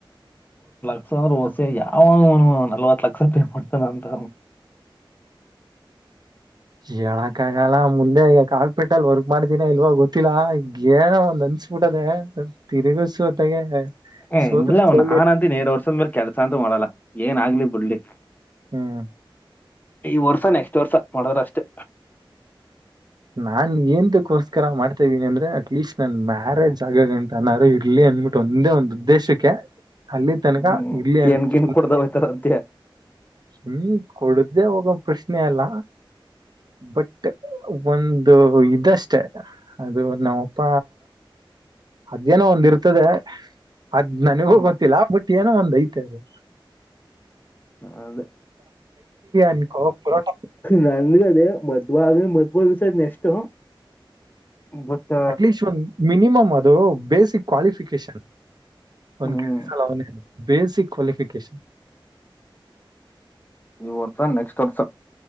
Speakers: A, on the left (about 20°); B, on the right (about 50°).
A: <unintelligible> ಯಾವಾಗನು ನಲ್ವತ್ತು ಲಕ್ಷ ತೆಕ್ಕೊಡ್ತಾನೆ ಅಂತ
B: ಹೇಳಕ್ಕ ಆಗಲ್ಲ ಮುಂದೆ ಈಗ ಕಾಲ್ಪಿಟ್ಟಲ್ ವರ್ಕ್ ಮಾಡ್ತೀನ ಇಲ್ವ ಗೊತ್ತಿಲ್ಲ ಏನ ಒಂದ್ <unintelligible> ತಿರುಗಸೋತ್ತಾಗೆ
A: ಹ್ಮ್
B: ಸೋತ
A: ಇಲ್ಲ
B: ಸೋಲಿ
A: ನಾನ್ ಅಂತೀನೀ ಎರಡ್ ವರ್ಷದ ಮೇಲೆ ಕೆಲ್ಸ ಅಂತೂ ಮಾಡಲ್ಲ ಏನ್ ಆಗ್ಲಿ ಬಿಡ್ಲಿ
B: ಹ್ಮ್
A: ಈ ವರ್ಷ ನೆಕ್ಸ್ಟ್ ವರ್ಸ ಮಾಡ್ರ ಅಷ್ಟೇ
B: ನಾನ್ ಎನ್ ಗೋಸ್ಕರ ಮಾಡ್ತಾ ಇದೀನಿ ಅಂದ್ರೆ ಅಟ್ ಲೀಸ್ಟ್ ನನ್ ಮ್ಯಾರಜ್ ಆಗ ಅಂತ ಅನಾರು ಇರ್ಲಿ ಅನ್ಬಿಟ್ಟು ಒಂದೇ ಒಂದು ಉದ್ದೆ ದೇಶಕ್ಕೆ ಅಲ್ಲಿ ತನಕ
A: ಹ್ಮ್
B: ಇರ್ಲಿ ಅನ್
A: ಏನ್ಗಿನ್
B: ಶೋಕಿಗೆ
A: ಕೊಡ್ದ ಹೋಯ್ತಾರ ಅಂತ್ಯ
B: ಹ್ಮ್ ಕೊಡ್ದೇ ಹೋಗ ಪ್ರಶ್ನೆ ಅಲ್ಲ ಬಟ್ ಒಂದು ಇದಷ್ಟೆ ಅದು ನಾಮಪ್ಪ ಅದೇನೋ ಒಂದ್ ಇರ್ತದೆ ಅದ್ ನನಗು
A: ಹ್ಮ್
B: ಗೊಂತಿಲ್ಲ ಬಟ್ ಏನೋ ಒಂದ್ ಐತ್ ತ್ತೆದು
A: ಹ ಅದೇ
B: ಅನ್ಕೋ ಪರೋಟ
A: ನನ್ಗೆ ಅದೇ ಮದ್ಬಾಗ <unintelligible> next but
B: at least minimum ಅದು ಬೇಸಿಕ್ ಕ್ವಾಲಿಫಿಕೇಶನ್ ಒಂದ್
A: ಹ್ಮ್
B: ಕೆಲಸ ಅಲ್ಲಿ ಅವನೇ ಬೇಸಿಕ್ ಕ್ವೆಲಿಫಿಕೇಷನ್
A: ಈ ವರ್ಷ ನೆಕ್ಸ್ಟ್ ವರ್ಷ